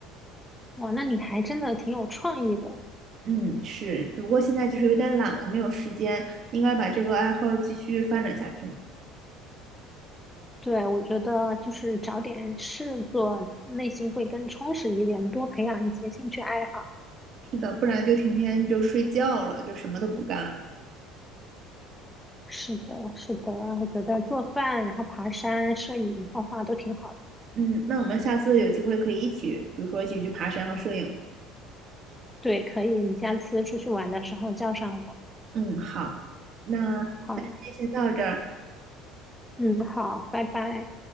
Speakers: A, in the centre; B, on the right.
A: 哇，那你还真的挺有创意的。
B: 嗯，是，只不过现在就是有点懒了，没有时间，应该把这个爱好继续发展下去。
A: 对，我觉得就是找点事做，内心会更充实一点，多培养一些兴趣爱好。
B: 是的，不然就天天就睡觉了，就什么都不干。
A: 是的，是的，我觉得做饭，然后爬山、摄影、画画都挺好的。
B: 嗯，那我们下次有机会可以一起，比如说一起去爬山和摄影。
A: 对，可以，你下次出去玩的时候叫上我。
B: 嗯，好，那
A: 好，
B: 那今天先到这儿。
A: 嗯，好，拜拜。